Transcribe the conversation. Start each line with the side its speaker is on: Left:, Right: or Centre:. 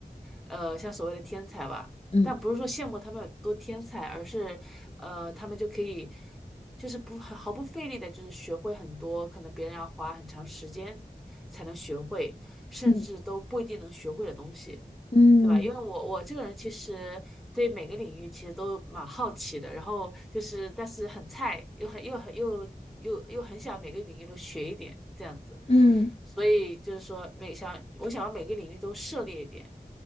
Centre: 呃，像所谓的天才吧，
Left: 嗯
Centre: 但不是说羡慕他们有多天才，而是，呃，他们就可以，就是不毫不费力的，就是学会很多可能别人要花很长时间才能学会，甚至都不一定能学会的东西。
Left: 嗯嗯
Centre: 对吧？因为我我这个人其实对每个领域其实都蛮好奇的，然后就是但是很菜，又很又很又又又很想每个领域都学一点这样子，
Left: 嗯，
Centre: 所以就是说每想我想要每个领域都涉猎一点，